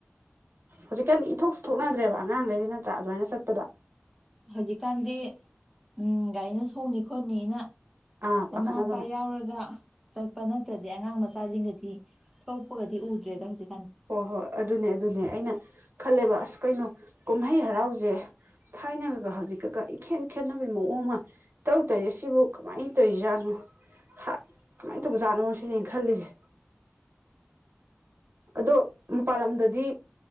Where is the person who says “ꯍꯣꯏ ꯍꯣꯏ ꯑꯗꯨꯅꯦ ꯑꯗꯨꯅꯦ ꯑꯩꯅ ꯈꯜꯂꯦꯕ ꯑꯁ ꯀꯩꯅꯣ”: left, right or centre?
Right